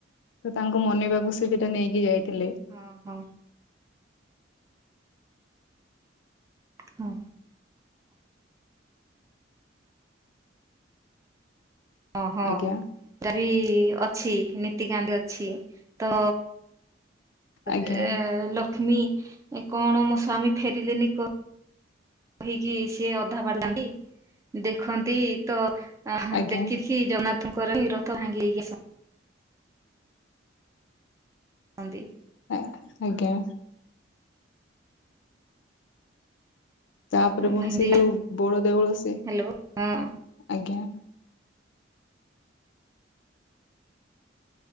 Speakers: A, on the left; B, on the right.
A: ତ ତାଙ୍କୁ ମନେଇବାକୁ ସେ ସେଟା ନେଇକି ଯାଇଥିଲେ
B: ହଁ, ହଁ। ହଁ। ଅହଁ,
A: ଆଜ୍ଞା
B: ତାର ବି ଅଛି ନୀତିକାନ୍ତି ଅଛି, ତ
A: ଆଜ୍ଞା
B: ଯେ ଲକ୍ଷ୍ମୀ, କଣ ମୋ ସ୍ବାମୀ ଫେରିଲେନି? କହିକି ସିଏ ଅଧା <unintelligible> ଦେଖନ୍ତି ତ ଆହା
A: ଆଜ୍ଞା
B: ଦେଖିକି ଜନ୍ନାଥଙ୍କର ହିଁ ରଥ ଭାଙ୍ଗି ହେଇକି ସ ହଁନ୍ତି।
A: ହଁ ଆଜ୍ଞା। ତା'ପରେ ପୁଣି
B: ଭାଙ୍ଗି
A: ସେ
B: ଦେଇକି
A: ଯୋଉ, ବଡ଼ ଦେଉଳ ସେ,
B: ହ୍ୟାଲୋ ହଁ
A: ଆଜ୍ଞା।